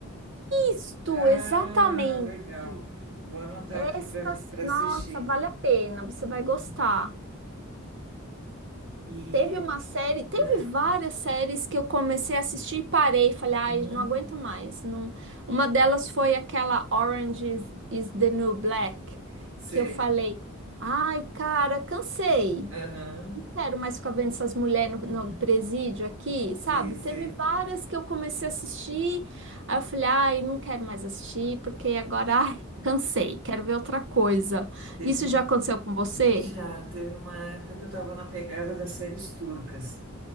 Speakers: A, on the right; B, on the right.
A: Isto,
B: Ah,
A: exatamente.
B: legal. Vou anotar
A: Esta,
B: aqui para para
A: nossa,
B: assistir.
A: vale a pena, você vai
B: Uhum.
A: gostar.
B: E.
A: Teve uma série, teve
B: ah,
A: várias séries que eu comecei a assistir e parei, falei, ai,
B: uhum.
A: não aguento mais. Não... Uma delas foi aquela Orange is, is the New Black,
B: Sei.
A: que eu falei, ai, cara, cansei.
B: Aham.
A: quero mais ficar vendo essas mulheres
B: Uhum.
A: no, no presídio aqui,
B: Sei,
A: sabe?
B: sei.
A: Teve várias que eu comecei a assistir, aí eu falei, ai, não quero mais assistir, porque agora, <laughs> ai, cansei, quero ver outra coisa.
B: Teve,
A: Isso
B: um-
A: já aconteceu com você?
B: já teve uma época que eu estava na pegada das séries turcas.